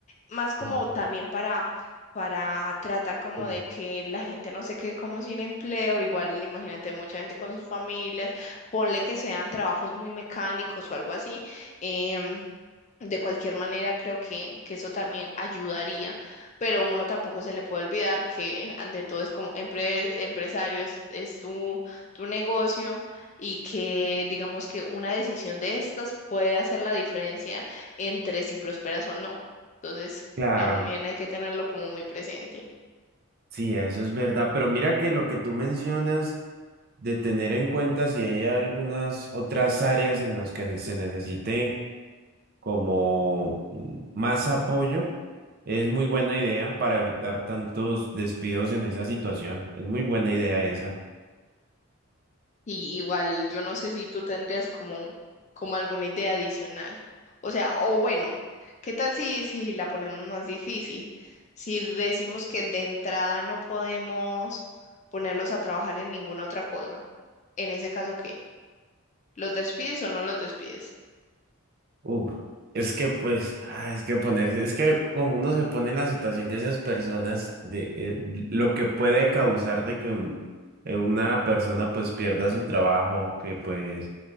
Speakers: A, on the left; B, on the right.
A: más como
B: Ok,
A: también para, para tratar como
B: bueno.
A: de que la gente no se quede como sin empleo, igual imagínate mucha gente con sus familias, ponle que sean trabajos muy mecánicos o algo así. em, de cualquier manera, creo que, que eso también ayudaría, pero uno tampoco se le puede olvidar que ante todo es como empre- empresario, es, es tu, tu negocio y que digamos que una decisión de estas puede hacer la diferencia entre si prosperas o no. Entonces,
B: Claro,
A: también hay que tenerlo como muy presente.
B: sí, eso es verdad, pero mira que lo que tú mencionas de tener en cuenta si hay algunas otras áreas en las que se necesite como mm, más apoyo, es muy buena idea para evitar tantos despidos en esa situación. Es muy buena idea esa.
A: Y igual, yo no sé si tú tendrías como, como alguna idea adicional. O sea, o bueno, ¿qué tal si, si la ponemos más difícil? Si decimos que de entrada no podemos ponerlos a trabajar en ninguna otra cosa. En ese caso, ¿qué? ¿Los despides o no los despides?
B: Uf, es que pues, ah, es que ponerse, es que como uno se pone en la situación de esas personas, de eh, lo que puede causar de que un- eh, una persona pues pierda su trabajo, que pues